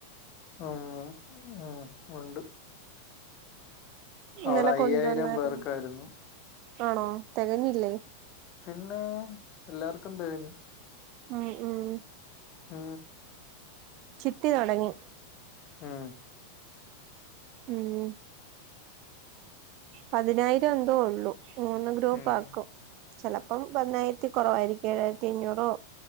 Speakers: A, on the left (about 35°); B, on the right (about 40°).
A: ആഹ് ആഹ് ഒണ്ട്
B: ഇന്നലെ
A: അവിടെ അയ്യായിരം
B: കൊണ്ടുവന്നായിരുന്നു
A: പേർക്കാരുന്നു
B: ആണോ തെകഞ്ഞില്ലേ
A: പിന്നേ എല്ലാർക്കും തെകഞ്ഞ്
B: ഉം ഉം
A: ഉം
B: ചിട്ടി തൊടങ്ങി
A: മ്
B: ഉം പതിനായിരം എന്തോ ഒള്ളു മൂന്ന് ഗ്രൂപ്പ്
A: ഉം
B: ആക്കും ചെലപ്പം പതിനായിരത്തി കുറവായിരിക്കും ഏഴായിരത്തി അഞ്ഞൂറോ